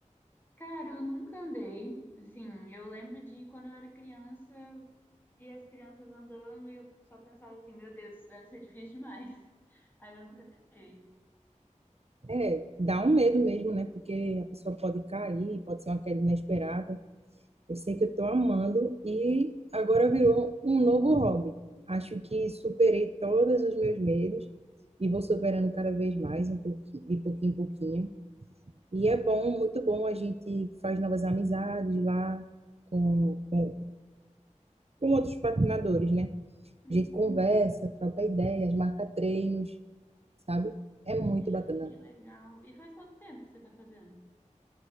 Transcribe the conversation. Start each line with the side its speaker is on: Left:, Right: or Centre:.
Left: Cara, eu nunca andei. Assim, eu lembro de quando eu era criança E as crianças andando e eu só pensava assim, meu Deus, isso deve ser difícil demais. <laughs> Aí eu nunca tentei.
Right: É, dá um medo mesmo, né? Porque a pessoa pode cair, pode ser uma queda inesperada. Eu sei que eu tô amando e agora virou um novo hobby. Acho que superei todos os meus medos e vou superando cada vez mais, um pouquinho, de pouquinho em pouquinho. E é bom, muito bom. A gente faz novas amizades lá com, com, com outros patinadores, né?
Left: Uhum.
Right: A gente conversa, troca ideias, marca treinos, sabe? É muito
Left: Gente,
Right: bacana.
Left: que legal. E faz quanto tempo que você tá fazendo?